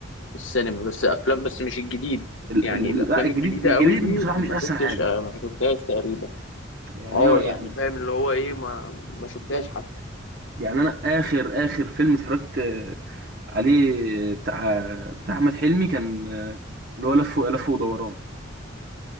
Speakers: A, on the left; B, on the right.
A: في السينما بس افلام بس مش الجديد
B: ال-
A: يعني
B: ال-
A: الافلام
B: لا الجديد
A: الجديده
B: الجديد
A: قوي دي
B: بصراحه
A: ما
B: مش احسن
A: شفتش
B: حاجه
A: آه، ما شفتهاش تقريبا
B: يعني
A: اه
B: اه
A: يعني
B: يعني
A: فاهم اللي هو ايه ما ما شفتهاش حتى
B: يعني انا اخر اخر فيلم اتفرجت آه، عليه بتاع بتاع احمد حلمي كان آه، اللي هو لف لف ودوران